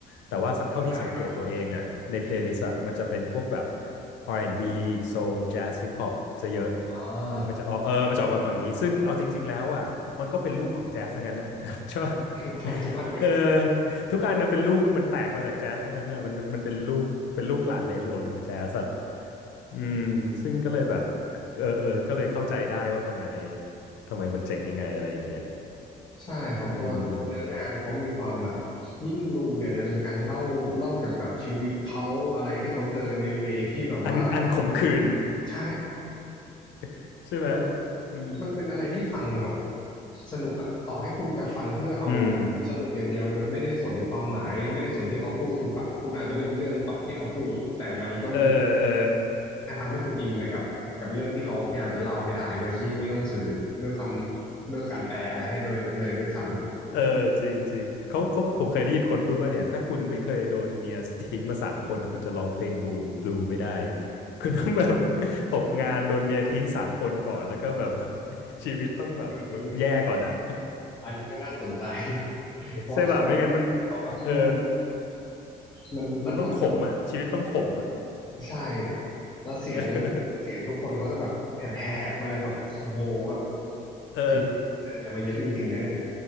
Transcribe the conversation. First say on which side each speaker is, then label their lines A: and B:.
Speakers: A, on the left; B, on the left.
A: แต่ว่าเท่าที่สังเกตตัวเองอ่ะในเพลย์ลิสต์อ่ะมันจะเป็นพวกแบบ
B: เข้าใจครับ
A: R&B Soul Jazz Hip Hop ซะเยอะ
B: อ๋อ <laughs>
A: มันจะออกเออมันจะออกมาฝั่งนี้ซึ่งเอาจริงๆแล้วอ่ะมันก็เป็นลูกของแจ๊สทั้งนั้นอ่ะ <laughs> ใช่ปะ
B: เข้าใจทุกอันเลย
A: เออ ทุกอันนะเป็นลูกมันแตกมาจากแจ๊สทั้งนั้นนะมันมันมันเป็นลูกเป็นลูกหลานเหลนโหลนของแจ๊สอะอืมซึ่งก็เลยแบบเออเออก็เลยเข้าใจได้ว่าทำไมทำไมมันเจ๋งยังไงอะไรอย่างเงี้ย
B: ใช่ครับตัวตัวเนื้องานเขามีความแบบ
A: อืม
B: ยิ่งบลูเนี่ยจะเป็นการเล่าเล่าเกี่ยวกับชีวิตเขาอะไรที่เขาเจอในเวที่แบบว่า
A: อันอันขมขื่น
B: ใช่
A: <laughs> ใช่ไหม
B: แล้ว
A: อืม
B: มันเป็นอะไรที่ฟังแบบสนุกอะต่อให้คุณจะฟังเพื่อเอา
A: อืม
B: สนุกอย่างเดียวโดยไม่ได้สนความหมายไม่ได้สนที่เขาพูดคุณฟังคุณอาจจะไม่รู้เรื่องที่เขาพูดแต่มันก็มี
A: เออเออ
B: การทำให้คุณอินไปกับกับเรื่องที่เขาพยายามจะเล่าให้ได้โดยที่ไม่ต้องสื่อด้วยคำด้วยการแปลอะไรให้โดยเลยด้วยซ้
A: เออจริงจริงเขาเขาผมเคยได้ยินคนพูดว่าเนี่ยถ้าคุณไม่เคยโดนเมียทิ้งมาสามคนคุณจะร้องเพลงบลูบลูไม่ได้คุณต้องแบบ <laughs> ตกงานโดนเมียทิ้งสามคนก่อนแล้วก็แบบ <laughs> ชีวิตต้องแบบแย่ก่อนอะ
B: ำเอออันนี้ก็น่าสนใจ
A: <laughs>
B: เพราะว่าส่วน
A: ใช่ป่ะไม่งั้นมัน
B: เขาแบบอืม
A: เออ
B: มันรันทดจริง
A: มันต้องขมอะชีวิตต้องขมอะ
B: ๆใช่แล้วเสียงแล้วเสียงทุกคนเขาจะแบบแหบๆมาเลยแบบโอ้โหแบบ
A: <laughs> เออ
B: ชีวิตเจออะไรมาเยอะจริงๆนะเนี่ย